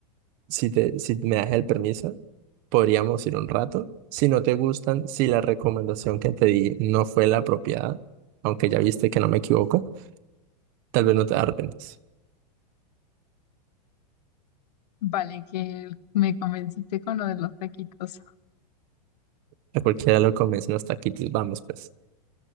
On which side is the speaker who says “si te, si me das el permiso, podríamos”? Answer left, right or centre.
Right